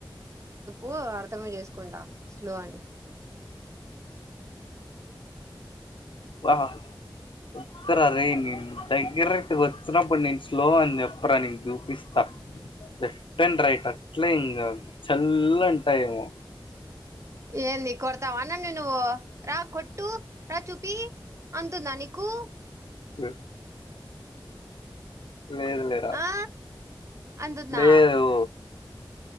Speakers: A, on the right; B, on the left.
A: ఓ అర్థమే చేసుకుంటా స్లో అని
B: వాహ వస్తార రేయ్ నేను దగ్గరకు వచ్చినప్పుడు నేను స్లో అని చెప్పరా నీకు చూపిస్తా. లెఫ్ట్ అండ్ రైట్ అట్లే ఇంగా చల్లంటాయ్ ఏమో
A: ఏంది కొడతావ నన్ను నువ్వు రా కొట్టు రా చూపీ అంతుందా నీకు
B: అ లేదు లేరా
A: ఆ అంతుందా?
B: లేదు